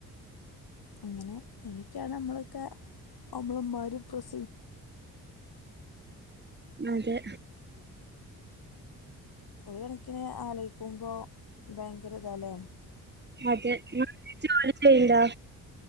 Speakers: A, on the left; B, on the right.
A: അങ്ങനെ എനിക്കാണ് നമ്മളൊക്കെ നമ്മളും ഉമ്മാരും പ്രസ
B: അതെ
A: ഒരു കണക്കിന് ആലോയിക്കുമ്പോ ഭയങ്കര ഇതാലേ
B: അതെ ന ജോലി ചെയ്യണ്ട